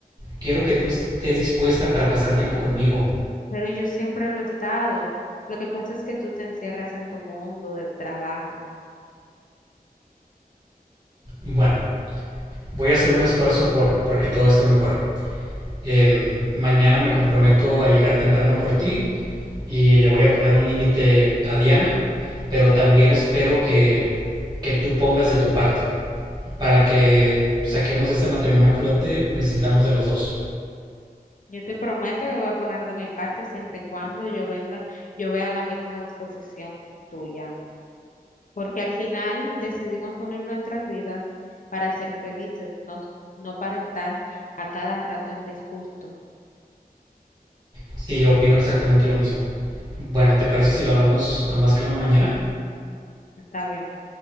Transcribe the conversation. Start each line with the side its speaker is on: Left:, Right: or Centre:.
Right: Quiero que tú estés dispuesta para pasar tiempo conmigo.
Left: pero yo siempre lo he estado. Lo que pasa es que tú te encierras en tu mundo de trabajo.
Right: Bueno, voy a hacer un esfuerzo por porque todo esto mejore. em, mañana me comprometo a llegar temprano por ti y le voy a poner un límite a Diana, pero también espero que, que tú pongas de tu parte. Para que saquemos este matrimonio a flote, necesitamos de los dos.
Left: Yo te prometo que voy a poner de mi parte siempre y cuando yo venga, yo vea la misma disposición tuya, porque al final decidimos unir nuestras vidas para ser felices, no, no para estar a cada rato en disgusto.
Right: Sí, opino exactamente lo mismo. Bueno, ¿te parece si lo hablamos con más calma mañana?
Left: Está bien.